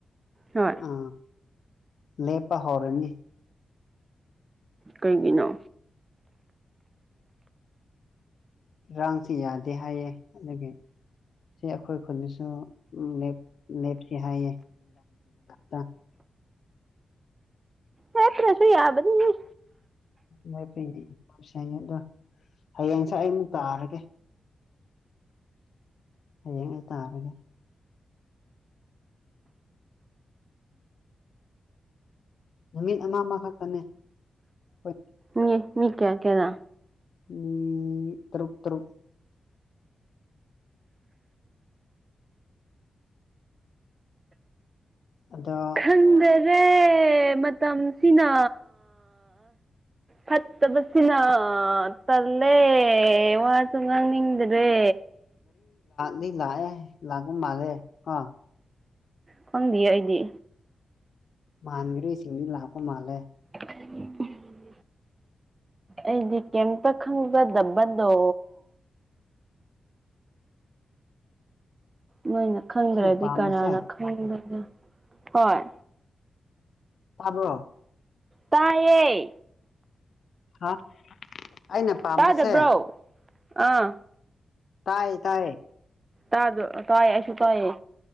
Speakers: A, on the right (about 30°); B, on the left (about 70°).
A: ꯍꯣꯏ
B: ꯑ ꯂꯦꯄ ꯍꯧꯔꯅꯤ
A: ꯀꯩꯒꯤꯅꯣ
B: ꯏꯔꯥꯡꯁꯤ ꯌꯥꯗꯦ ꯍꯥꯏꯌꯦꯦ ꯑꯗꯨꯗꯒꯤ ꯁꯤ ꯑꯩꯈꯣꯏ ꯈꯨꯜꯗꯁꯨ ꯎꯦꯞ ꯂꯦꯞ ꯁ ꯍꯥꯏꯗꯥ ꯈ
A: ꯌꯥꯠꯇ꯭ꯔꯁꯨ ꯌꯥꯕꯅꯤ
B: ꯂꯐꯅꯤꯅꯤ ꯑꯗꯣ ꯍꯌꯦꯡꯁꯦ ꯑꯩ ꯑꯃꯨꯛ ꯇꯥꯔꯒꯦ ꯍꯌꯦꯡ ꯑꯩ ꯇꯥꯔꯒꯦ ꯅꯨꯃꯤꯠ ꯑꯃ ꯑꯃꯈꯛꯇꯅꯦ ꯍꯣꯏ
A: ꯃꯤ ꯃꯤ ꯀꯌꯥ ꯀꯦꯗꯥ
B: ꯎꯝ ꯇꯔꯨꯛ ꯇꯔꯨꯛ ꯑꯗ
A: ꯈꯪꯗꯔꯦ ꯃꯇꯝꯁꯤꯅ ꯍꯠꯇꯕꯁꯅ ꯇꯂꯦ ꯋꯥ ꯁꯨꯃꯥꯡꯅꯤꯡꯗ꯭ꯔꯦ
B: ꯗꯤ ꯂꯥꯛꯑꯦ ꯂꯥꯛꯒꯨ ꯃꯔꯦ ꯑ
A: ꯀꯕꯤꯌ ꯑꯣꯏꯗꯤ
B: ꯃꯥꯟꯒꯔꯁꯤꯡꯗꯤ ꯂꯥꯛꯄ ꯃꯥꯂꯦ
A: ꯎ ꯑꯩꯗꯤ ꯀꯩꯇ ꯈꯪꯖꯗꯕꯗꯣ ꯃꯣꯏꯅ ꯈꯪꯗ꯭ꯔꯗꯤ
B: ꯑꯩꯅ ꯄꯥꯝꯕꯁꯦ
A: ꯀꯅꯥꯅ ꯈꯪꯗꯒꯦ ꯍꯣꯏ
B: ꯇꯥꯕ
A: ꯇꯥꯏꯦ
B: ꯍꯥ ꯑꯩꯅ ꯄꯥꯝꯕꯁꯦ
A: ꯇꯥꯗꯕ꯭ꯔꯣ ꯑꯥ
B: ꯇꯥꯏꯌꯦ ꯇꯥꯏꯌꯦ
A: ꯇꯥꯖ ꯇꯥꯏ ꯑꯁꯨ ꯇꯥꯏꯌꯦ